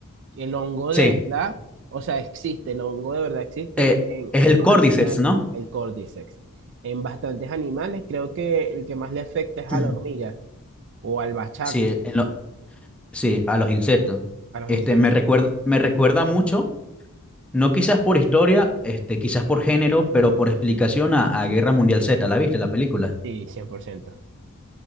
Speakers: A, on the right (about 55°); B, in the centre.
A: El hongo
B: Sí,
A: de verdad, o sea, existe, el hongo de verdad existe
B: eh,
A: en,
B: es
A: en
B: el
A: los
B: Cordyceps,
A: animales,
B: ¿no?
A: el Cordyceps. En bastantes animales, creo que el que más le afecta es a la
B: <clears throat>
A: hormiga o al bachaco,
B: Sí, en lo- sí, a los insectos.
A: a los
B: Este,
A: insectos.
B: me recuerda, me recuerda mucho No quizás por historia, este, quizás por género, pero por explicación a, a Guerra Mundial Z, ¿la viste la película?
A: Sí, cien por ciento